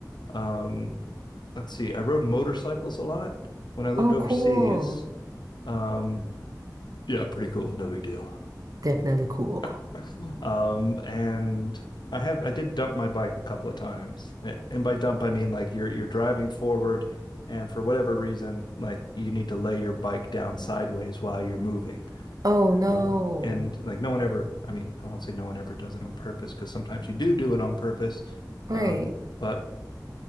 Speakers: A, on the left; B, on the right.
A: Um, let's see, I rode motorcycles a lot when I lived
B: Oh,
A: overseas.
B: cool.
A: Um, yeah, pretty cool, no big deal.
B: Definitely cool.
A: <laughs> Um, and I have I did dump my bike a couple of times. And by dump I mean like you're you're driving forward and for whatever reason, like you need to lay your bike down sideways while you're moving.
B: Oh no.
A: Um, and like no one ever, I mean, I won't say no one ever does it on purpose because sometimes you do do it on purpose.
B: Right.
A: Um, but